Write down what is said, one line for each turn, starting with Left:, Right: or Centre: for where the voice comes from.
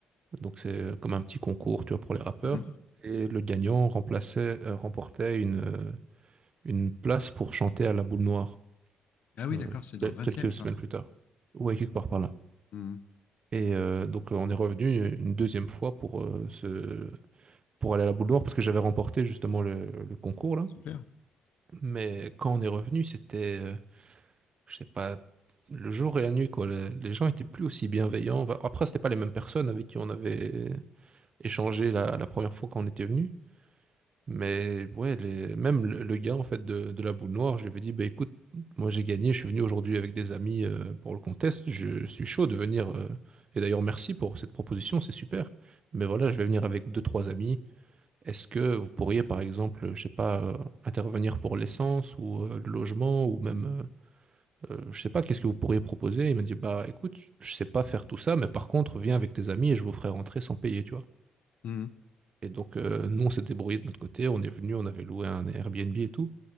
Right: Donc c'est euh, comme un petit concours, tu vois, pour les rappeurs.
Left: Mhm.
Right: Et le gagnant remplaçait, euh, remportait une, euh, une place pour chanter à la boule noire
Left: Ah oui,
Right: euh,
Left: d'accord, c'est dans
Right: quel-
Left: le 20
Right: quelques
Left: ça.
Right: semaines plus tard. Ouais, quelque part par là.
Left: Mhm.
Right: Et euh, donc, euh, on est revenu une deuxième fois pour, euh, se- pour aller à la boule noire parce que j'avais remporté justement le, le concours là.
Left: Super.
Right: Mais quand on est revenu, c'était, euh, je sais pas, le jour et la nuit quoi. Les, les gens étaient plus aussi bienveillants. Enfin, après, c'était pas les mêmes personnes avec qui on avait échangé la, la première fois quand on était venu. Mais ouais, les... même le le gars en fait de, de la boule noire, je lui avais dit, bah écoute, moi j'ai gagné, je suis venu aujourd'hui avec des amis euh, pour le contest, je suis chaud de venir. euh, Et d'ailleurs, merci pour cette proposition, c'est super. Mais voilà, je vais venir avec deux, trois amis. Est-ce que vous pourriez, par exemple, je sais pas, euh, intervenir pour l'essence ou euh, le logement ou même, euh, euh, je sais pas, qu'est-ce que vous pourriez proposer? Il m'a dit, bah écoute, je sais pas faire tout ça, mais par contre, viens avec tes amis et je vous ferai rentrer sans payer, tu vois.
Left: Mhm.
Right: Et donc, euh, nous, on s'est débrouillé de notre côté, on est venu, on avait loué un Airbnb et tout.